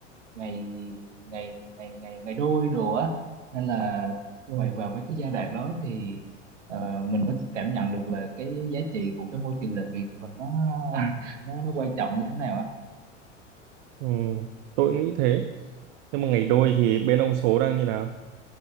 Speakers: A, on the right (about 70°); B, on the right (about 45°).
A: ngày ngày ngày ngày ngày đôi đồ á nên là
B: ừ.
A: ngoài vào mấy cái giai đoạn đó thì ờ, mình mới cảm nhận được là cái giá trị của cái môi trường làm việc mình nó <laughs> nó nó quan trọng như thế nào á
B: Ừ. tôi cũng nghĩ thế nhưng mà ngày đôi thì bên ông số đang như nào